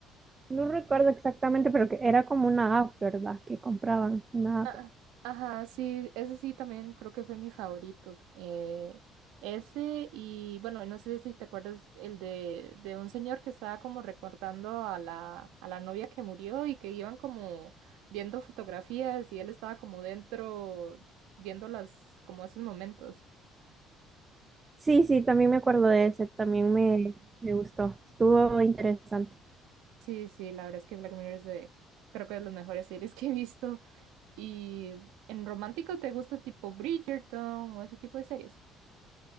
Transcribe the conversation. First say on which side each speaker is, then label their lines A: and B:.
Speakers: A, on the right (about 30°); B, on the right (about 80°).
A: recuerdo exactamente, pero que era como una app, ¿verdad? Que compraban una
B: Ah,
A: app.
B: ajá, sí, ese sí también creo que fue mi favorito. Eh, ese y bueno, no sé si te acuerdas el de, de un señor que estaba como recordando a la, a la novia que murió y que iban como viendo fotografías y él estaba como dentro viendo las, como esos momentos.
A: Sí, sí, también me acuerdo de ese, también me, me gustó, estuvo interesante.
B: Sí, sí, la verdad es que Black Mirror es de, creo que de las mejores series que he visto. Y en romántico te gusta tipo Bridgerton o ese tipo de series.